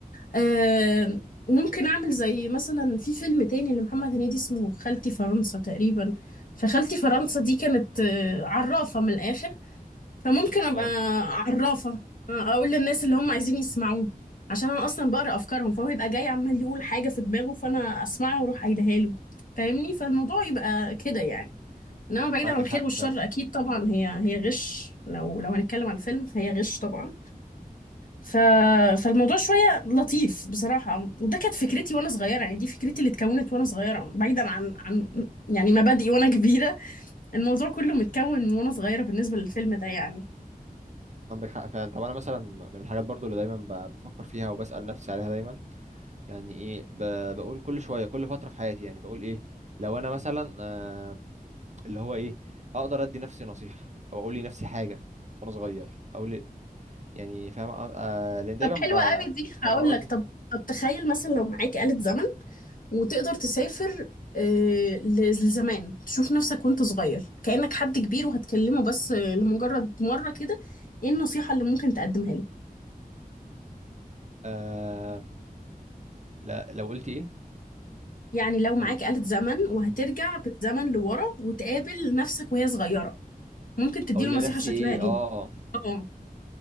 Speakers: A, on the left; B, on the right.
A: آه، ممكن اعمل زي مثلا في فيلم تاني لمحمد هنيدي اسمه خالتي فرنسا تقريبا فخالتي فرنسا دي كانت آه، عرافه من الاخر فممكن ابقى
B: اه
A: عرافة آه، اقول للناس اللي هم عايزين يسمعوه عشان انا اصلا بقرا افكارهم فهو يبقى جاي عمال يقول حاجة في دماغه فانا اسمعها واروح قايلها له فاهمني فالموضوع يبقى كده يعني انما بعيدا
B: ما عندك
A: عن الخير
B: حق
A: والشر
B: فاهم
A: اكيد طبعا هي هي غش لو لو هنتكلم عن الفيلم فهي غش طبعا ف... فالموضوع شوية لطيف بصراحة وده كانت فكرتي وانا صغيرة يعني دي فكرتي اللي اتكونت وانا صغيرة بعيدا عن عن يعني مبادئي وانا <laughs> كبيرة الموضوع كله متكون من وانا صغيرة بالنسبة للفيلم ده يعني
B: عندك حق فعلا طب انا مثلا من الحاجات برضو اللي دايما ب- بفكر فيها وبسأل نفسي عليها دايما يعني ايه ب... بقول كل شويه كل فتره في حياتي يعني بقول ايه لو انا مثلا آه اللي هو ايه اقدر ادي نفسي نصيحه او اقول لنفسي حاجه وانا صغير او ل... يعني فاهم آه آه، لان دايما
A: طب
B: ب...
A: حلوة قوي دي
B: قراراتي
A: هقول لك طب طب تخيل مثلا لو معاك آلة زمن وتقدر تسافر آه، ل- لزمان تشوف نفسك وانت صغير كأنك حد كبير وهتكلمه بس آه، لمجرد مرة كده ايه النصيحة اللي ممكن تقدمها له
B: آه لا لو قلت ايه
A: يعني لو معاك
B: يعني
A: آلة زمن وهترجع
B: مم.
A: بالزمن لورا وتقابل نفسك وهي صغيرة ممكن تديله
B: اقول
A: نصيحة
B: لنفسي
A: شكلها
B: ايه
A: ايه
B: اه
A: اه